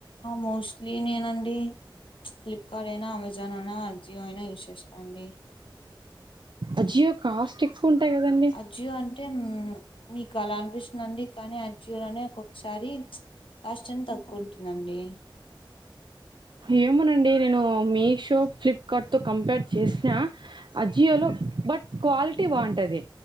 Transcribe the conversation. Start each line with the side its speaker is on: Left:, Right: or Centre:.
Left: మోస్ట్లీ నేనండి ఫ్లిప్ క్క నేనా అమెజాన్ అయినా అజియో అయినా యూస్ చేస్తా అండి
Right: అజియో కాస్ట్ ఎక్స్ ఉంటాయ్ గదండి
Left: అజియో అంటే మ్మ్ మీకలా అనిపిస్తుందండి కానీ అజియో లోనే కొక్ సారి కాస్ట్ ఎన్ తక్కువుంటుందండి
Right: ఏమోనండి నేను మీషో ఫ్లిప్కార్ట్తో కంపేర్ చేసిన అజియో లో బట్ క్వాలిటీ బావుంటది